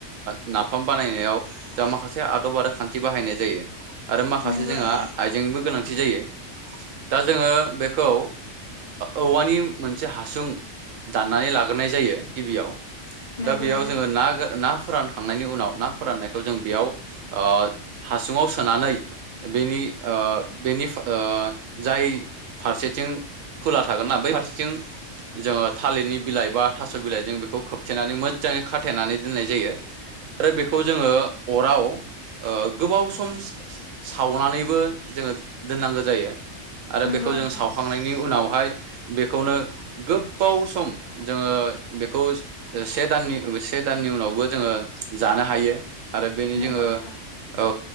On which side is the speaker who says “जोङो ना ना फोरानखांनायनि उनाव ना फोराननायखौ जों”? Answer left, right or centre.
Right